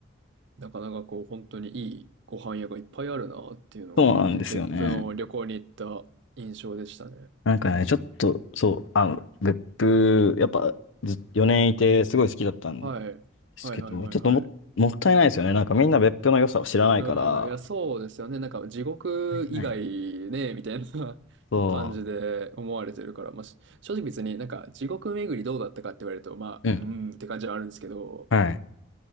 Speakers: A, on the right; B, on the left.
A: う、なかなかこう、本当にいいご飯屋がいっぱいあるなっていうのが、
B: そうなんですよね。
A: 別府の旅行に行った印象でしたね。
B: なんかね、ちょっと、そう、あ、別府、やっぱ、ず、4年いて、すごい好きだったんで
A: はい。
B: すけど、
A: はいはいはいはい。
B: ちょっとも、もったいないですよね。なんかみんな別府の良さを知らないから、
A: うん、
B: もっ
A: いや、そうですよね。なんか、地獄以外
B: たいないね
A: ね、みたいな <laughs>
B: そ
A: 感じで思われてるから、まあ、し正直別になんか、地獄巡りどうだったかって言われると、まあ、
B: う、うん、
A: うーんって感じはあるんですけど、
B: はい。